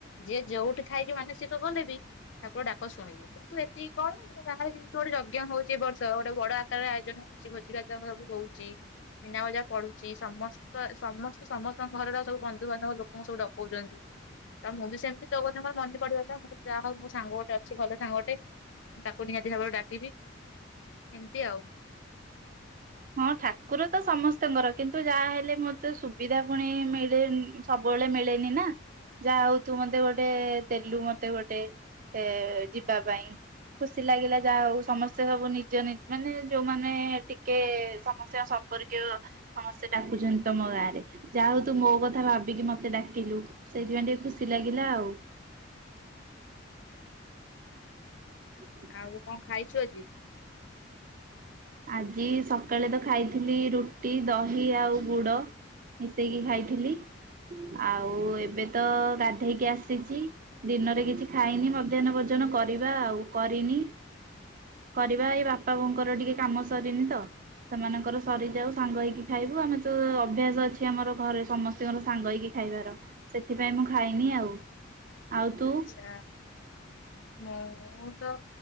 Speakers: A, on the left; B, on the right.
A: ଯିଏ ଯୋଉଠି ଥାଇକି ମାନସିକ କଲେ ବି ଠାକୁର ଡାକ ଶୁଣିବେ। କିନ୍ତୁ ଏତିକି କଣ ଆମ ଗାଁରେ ଯେମିତି ଗୋଟେ ଯଜ୍ଞ ହୋଉଛି ଏ ବର୍ଷ ଗୋଟେ ବଡ଼ ଆକା ଆୟୋଜନ ହଉଛି ଭୋଜି ସବୁ ହଉଛି। ମିନାବଜାର ପଡ଼ୁଛି ସମସ୍ତ ସମସ୍ତେ ସମସ୍ତଙ୍କ ଘରର ସବୁ ବନ୍ଧୁବାନ୍ଧବ ଲୋକଙ୍କୁ ସବୁ ଡକଉଛନ୍ତି। ତ ମୁଁ ବି ସେମତି ତୋ କଥା ମୋର ମନେ ପଡ଼ିଗଲା ମୁଁ କହିଲି ଯାହା ହଉ ମୋ ସାଙ୍ଗ ଗୋଟେ ଅଛି। ଭଲ ସାଙ୍ଗ ଗୋଟେ ତାକୁ ନିହାତି ଭାବରେ ଡାକିବି। ଏମିତି ଆଉ
B: ହଁ ଠାକୁର ତ ସମସ୍ତିଙ୍କର କିନ୍ତୁ ଯାହାହଲେ ମତେ ସୁବିଧା ପୁଣି ମିଳେ ସବୁବେଳେ ମିଳେନି ନା। ଯାହା ହଉ ତୁ ମତେ ଗୋଟେ ଦେଲୁ ମତେ ଗୋଟେ ଏ ଯିବା ପାଇଁ। ଖୁସି ଲାଗିଲା ଯାହା ହଉ ସମସ୍ତେ ସବୁ ନିଜ ନି ମାନେ ଯୋଉମାନେ ଟିକେ ସମସ୍ତିଙ୍କ ସମ୍ପର୍କୀୟ ସମସ୍ତେ ଡାକୁଛନ୍ତି ତମ ଗାଁ ରେ। ଯା ହଉ ତୁ ମୋ କଥା ଭାବିକି ମତେ ଡାକିଲୁ ସେଥିପାଇଁ ଟିକେ ଖୁସି ଲାଗିଲା ଆଉ। <inaudible>
A: ଆଉ କଁ ଖାଇଛୁ ଆଜି?
B: ଆଜି ସକାଳେ ତ ଖାଇଥିଲି ରୁଟି ଦହି ଆଉ ଗୁଡ଼। ମିଶେଇକି ଖାଇଥିଲି। ଆଉ ଏବେ ତ ଗାଧେଇକି ଆସିଛି। ଦିନରେ କିଛି ଖାଇନି ମଧ୍ୟାହ୍ନନ ଭୋଜନ କରିବା ଆଉ କରିନି। କରିବା ଏଇ ବାପା ବୋଉଙ୍କର ଟିକେ କାମ ସରିନି ତ। ସେମାନଙ୍କର ସରିଯାଉ ସାଙ୍ଗ ହେଇକି ଖାଇବୁ ଆମେ ତ ଅଭ୍ୟାସ ଅଛି ଆମର ଘରେ ସମସ୍ତିଙ୍କର ସାଙ୍ଗ ହେଇକି ଖାଇବାର ସେଥିପାଇଁ ମୁଁ ଖାଇନି ଆଉ। ଆଉ ତୁ?
A: ଆଛା ମୁଁ ତ